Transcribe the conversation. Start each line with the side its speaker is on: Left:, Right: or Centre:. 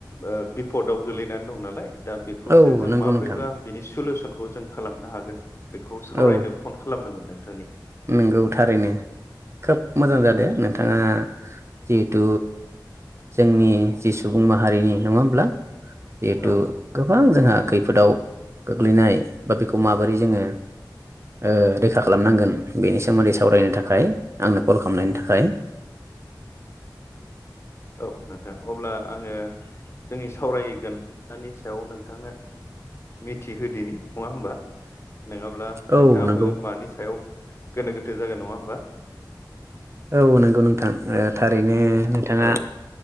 Left: ओ बिपदाव गोगलैनानै दं नालाय दा बेखौसो
Right: औ
Left: जों
Right: नंगौ
Left: माब्रैबा
Right: नोंथां
Left: बिनि सलुसन खौ जों खालामनो हागोन। बेखौ सावरायनो
Right: औ
Left: फन खालामदोंमोन नोंथांनिया
Right: नंगौ थारैनो खोब मोजां जादों नोंथाङा जिहेथु जोंनि जि सुबुं माहारिनि नङा होमब्ला जिहेथु
Left: औ
Right: गोबां जोंहा खैफोदाव गोग्लैनाय बा बेखौ माबोरै जोङो ओ रैखा खालामनांगोन बेनि सोमोन्दै सावरायनो थाखाय आंनो कल खालामनायनि थाखाय। <inaudible>
Left: औ नोंथां अब्ला आङो जोंनि सावरायगोनानि सायाव नोंथांनो मिथिहोदोनि नङा होमबा नङाब्ला
Right: औ
Left: नोंथाङाबो
Right: नंगौ
Left: मानि सायाव गोनो गोथो जागोन नङा होमबा
Right: औ नंगौ नोंथां थारैनो नोंथाङा
Left: औ